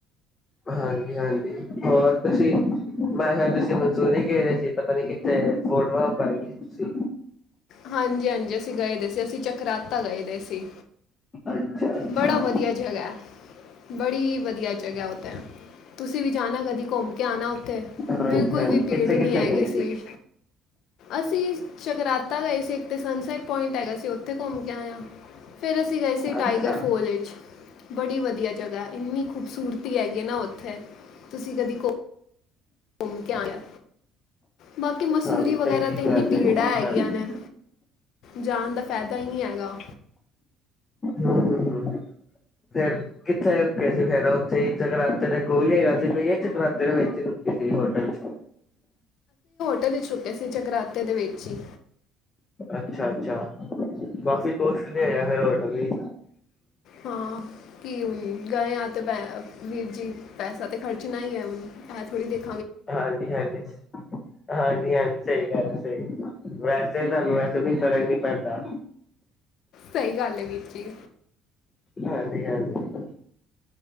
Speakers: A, on the left; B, on the left.
A: ਹਾਂਜੀ ਹਾਂਜੀ ਹੋਰ ਤੁਸੀਂ ਮੈਂ ਕਿਹਾ ਤੁਸੀਂ ਮਨਸੂਰੀ ਗਏ ਹੋਏ ਸੀ। ਪਤਾ ਨਹੀਂ ਕਿੱਥੇ ਫੋਟੋਆਂ ਪਾਈ ਸੀ ਤੁਸੀਂ?
B: ਹਾਂਜੀ ਹਾਂਜੀ ਅਸੀਂ ਗਏ ਦੇ ਸੀ ਅਸੀਂ ਚਕਰਾਤਾ ਗਏ ਹੋਏ ਸੀ।
A: ਅੱਛਾ-ਅੱਛਾ
B: ਬੜਾ ਵਧੀਆ ਜਗਾ ਹੈ। ਬੜੀ ਵਧੀਆ ਜਗ੍ਹਾ ਉੱਥੇ ਤੁਸੀਂ ਵੀ ਜਾਣਾ ਕਦੀ ਘੁੰਮ ਕੇ ਆਉਣਾ ਉੱਥੇ?
A: ਹਾਂਜੀ-ਹਾਂਜੀ
B: ਬਿਲਕੁਲ ਵੀ
A: ਕਿੱਥੇ-ਕਿੱਥੇ
B: ਭੀੜ ਨੀਂ ਹੈਗੀ
A: ਗਏ
B: ਸੀ? ਅਸੀਂ ਚਕਰਾਤਾ ਗਏ ਸੀ ਇੱਕ ਤੇ ਸਨਸੈਟ ਪੁਆਇੰਟ ਹੈਗਾ ਸੀ ਉੱਥੇ ਘੁੰਮ ਕੇ ਆਇਆ ਫੇਰ ਅਸੀਂ ਗਏ ਸੀ। ਟਾਈਗਰ
A: ਅੱਛਾ
B: ਫੋਲ 'ਚ। ਬੜੀ ਵਧੀਆ ਜਗ੍ਹਾ ਇੰਨੀ ਖੂਬਸੂਰਤੀ ਹੈਗੀ ਨਾ ਉੱਥੇ ਤੁਸੀਂ ਕਦੀ। ਘੁੰਮ ਕੇ ਆਇਆ। ਬਾਕੀ ਮਸੂਰੀ
A: ਹਾਂਜੀ
B: ਵਗੈਰਾ
A: ਚੰਗੀ
B: ਤੇ ਇੰਨੀ
A: ਗੱਲ
B: ਭੀੜਾਂ
A: ਏ
B: ਹੈਗੀਆਂ
A: ਹਾਂਜੀ
B: ਨੇ ਜਾਣ ਦਾ ਫਾਇਦਾ ਹੀ ਨਹੀਂ ਹੈਗਾ।
A: ਹੂੰ-ਹੂੰ-ਹੂੰ। ਫੇਰ ਕਿੱਥੇ ਰੁਕੇ ਸੀ ਫੇਰ ਉੱਥੇ ਹੀ ਚਕਰਾਤੇ ਦੇ ਕੋਲ ਸੀ ਚਕਰਾਤੇ ਦੇ ਵਿੱਚ ਹੀ ਰੁਕੀ ਸੀ ਹੋਟਲ ਚ?
B: ਟ ਰੁਕਿਆ ਸੀ ਚਕਰਾਤੇ ਦੇ ਵਿੱਚ ਹੀ।
A: ਅੱਛਾ ਅੱਛਾ ਕਾਫੀ ਕੋਸਟਲੀ ਹੈ ਹੋਇਆ ਫਿਰ ਹੋਟਲ ਵੀ?
B: ਹਾਂ ਕੀ ਹੁ ਗਏ ਹ ਤੇ ਪੈ ਵੀਰ ਜੀ ਪੈਸਾ ਤੇ ਖਰਚਣਾ ਹੀ ਹੈ ਇਹ ਥੋੜ੍ਹੀ ਦੇਖ
A: ਹਾਂਜੀ ਹਾਂਜੀ ਹਾਂਜੀ ਹਾਂਜੀ। ਸਹੀ ਗੱਲ ਹੈ ਸਹੀ ਵੈਸੇ ਤੁਹਾਨੂੰ ਵੈਸੇ ਕੋਈ ਫ਼ਰਕ ਨਹੀਂ ਪੈਂਦਾ।
B: ਸਹੀ ਗੱਲ ਹੈ ਵੀਰ ਜੀ।
A: ਹਾਂਜੀ ਹਾਂਜੀ।